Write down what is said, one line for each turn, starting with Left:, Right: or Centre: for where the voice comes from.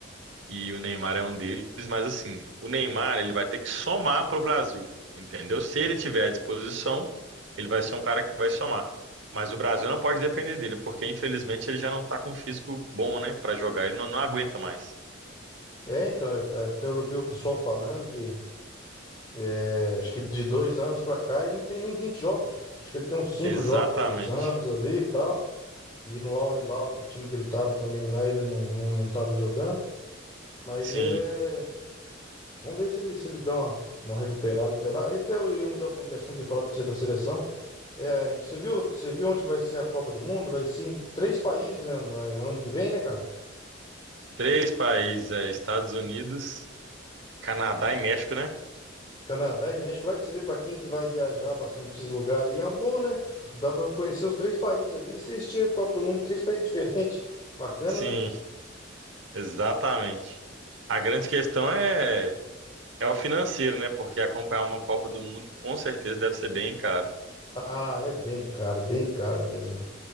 Right: e o Neymar é um deles, mas assim, o Neymar ele vai ter que somar para o Brasil, entendeu? Se ele tiver à disposição, ele vai ser um cara que vai somar. Mas o Brasil não pode depender dele, porque infelizmente ele já não está com um físico bom, né, para jogar. Ele não, não aguenta mais.
Left: É, então, eu, ta- até eu vi o pessoal falando que é, acho que de dois anos pra cá ele não tem nem 20 jogos. Acho que ele tem uns cinco
Right: Exatamente.
Left: jogos pelo Santos ali e tal. E no Al Hilal, que o time que ele tava também lá, ele não, não, não tava jogando. Mas
Right: Sim.
Left: é. Vamos ver se ele, se ele dá uma, uma recuperada até lá. E até eu ia mudar um pouco de assunto e falar pra você da seleção. É, você viu, você viu onde que vai ser a Copa do Mundo? Vai ser em três países ano, ano que vem, né, cara?
Right: Três países, é, Estados Unidos, Canadá e México, né?
Left: Canadá e México. Vai pra você ver pra quem que vai viajar bastante pra esses lugares aí. É uma boa, né? Dá pra conhecer os três países ali. E você estica a Copa do Mundo em três países diferentes. <laughs> Bacana,
Right: Sim,
Left: né?
Right: exatamente. A grande questão é É o financeiro, né? Porque acompanhar uma Copa do Mundo com certeza deve ser bem caro.
Left: Ah, é bem caro, é bem caro mesmo.